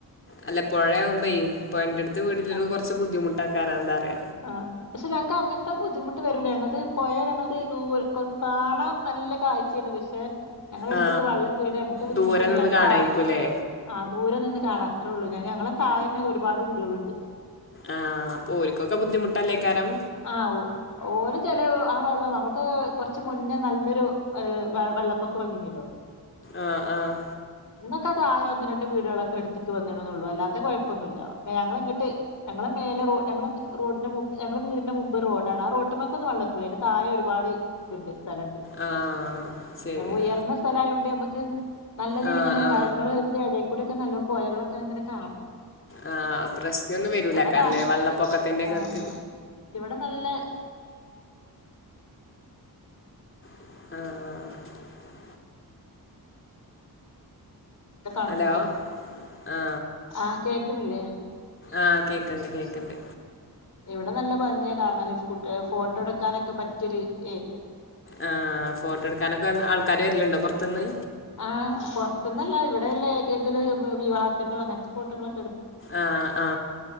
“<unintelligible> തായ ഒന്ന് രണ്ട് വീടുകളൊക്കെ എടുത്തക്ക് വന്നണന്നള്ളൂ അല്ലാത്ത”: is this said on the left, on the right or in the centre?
Left